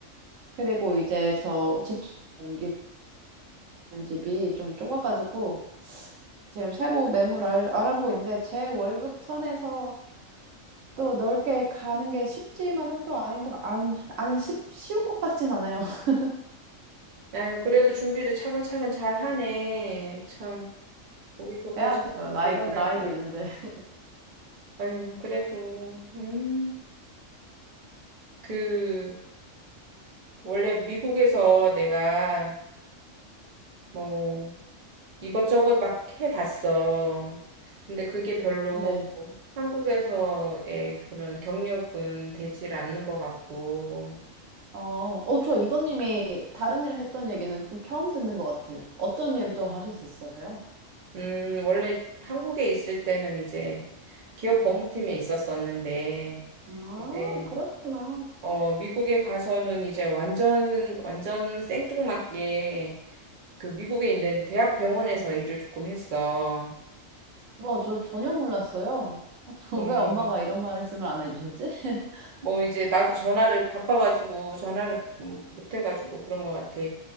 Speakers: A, on the right; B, on the right.
A: 그리고 이제 저 집 옮기는 집이 좀 좁아가지고 지금 새로 매물 알, 아보고 있는데 제 월급 선에서 또 넓게 가는 게 쉽지만은 또 아닌 거, 안, 안 쉽, 쉬운 것 같진 않아요. <laughs>
B: 아유, 그래도 준비를 차근차근 잘 하네. 참, 우리 조카
A: 해야죠.
B: 참
A: 나이,
B: 대단하다.
A: 그 나이도 있는데. <laughs>
B: 아유, 그래도, 음, 그, 원래 미국에서 내가, 뭐, 이것저것 막 해봤어. 근데 그게 별로
A: 네.
B: 한국에서의 그런 경력은 되질 않는 것 같고,
A: 어, 어, 저 이번님이 다른 일 했던 얘기는 또 처음 듣는 것 같아요. 어떤 일 또 하셨었어요?
B: 음, 원래 한국에 있을 때는 이제 기업 법무팀에 있었었는데,
A: 아,
B: 이제,
A: 그러셨구나.
B: 어, 미국에 가서는 이제 완전, 완전 생뚱맞게 그 미국에 있는
A: 네.
B: 대학 병원에서 일을 조금 했어.
A: 와, 저 전혀 몰랐어요. <laughs>
B: 어,
A: 왜 엄마가 이런 말씀을 안 해주셨지? <laughs>
B: 뭐 이제 나도 전화를 바빠가지고 전화를 못 해가지고 그런 것 같아.